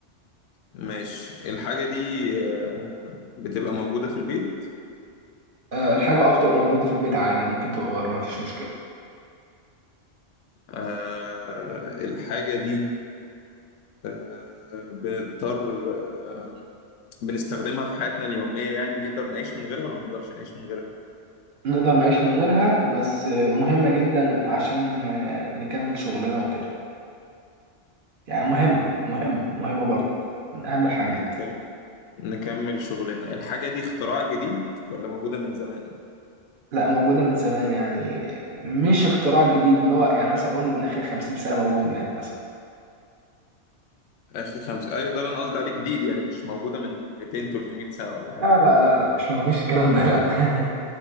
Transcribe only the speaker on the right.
آه، الحاجة اه بتبقى موجودة في البيت عادي ممكن تبقى بره مفيش مشكلة
نقدر نعيش من غيرها بس آه، مهمة جدا عشان آه، نكمل شغلنا وكده يعني مهمة مهمة مهمة برضه من أهم الحاجات
لا موجودة من زمان يعني مش اختراع جديد اللي هو يعني مثلا أقول من آخر خمسين سنة موجود يعني مثلا
لا لا لا لا مش مفيش الكلام ده لا <laughs>